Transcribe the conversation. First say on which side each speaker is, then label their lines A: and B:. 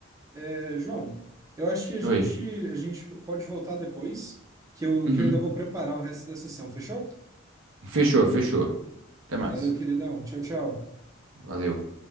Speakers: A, on the right; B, on the right.
A: É, João, eu acho que a gente
B: Oi.
A: a gente pode voltar depois, que eu,
B: Uhum.
A: que eu ainda vou preparar o resto da sessão, fechou?
B: Fechou, fechou. Até mais.
A: Valeu, queridão. Tchau, tchau.
B: Valeu.